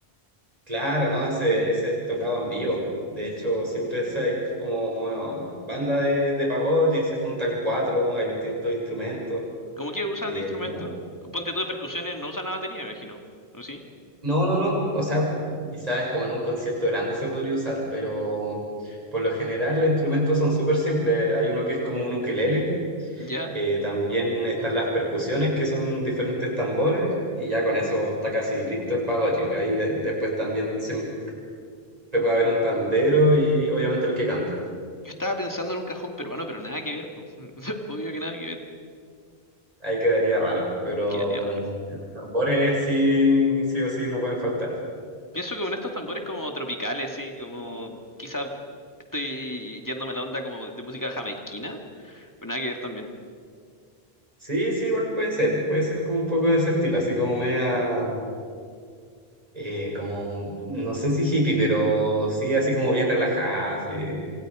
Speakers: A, on the right; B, on the left.
A: Claro, ¿no? Ese, ese es tocado en vivo. De hecho, siempre es eh, como bueno, banda de, de pagode, se juntan cuatro, hay distintos instrumentos
B: Como que usan
A: y
B: de
A: es
B: instrumentos,
A: como...
B: ponte tú de percusiones, no usan la batería, me imagino. ¿O sí?
A: No, no, no. O sea, quizás como en un concierto grande se podría usar, pero mm, por lo general los instrumentos son súper simples. Hay uno que es como un ukelele,
B: Ya.
A: eh, también están las percusiones que son diferentes tambores y ya con eso está casi listo el pagode. Ahí de- después también siempre puede haber un pandero y obviamente el que canta.
B: Yo estaba pensando en un cajón peruano, pero nada que ver, pues. <laughs> Obvio que nada que ver.
A: ahí quedaría raro, pero
B: Quedaría raro.
A: los tambores sí, sí o sí no pueden faltar.
B: Pienso que con estos tambores como tropicales, sí, como quizá estoy yéndome a la onda como de música jamaiquina, pero nada que ver también.
A: Sí, sí, igual puede ser, puede ser como un poco de ese estilo, así como media, eh, como, no sé si hippie, pero sí, así como bien relajada, sí,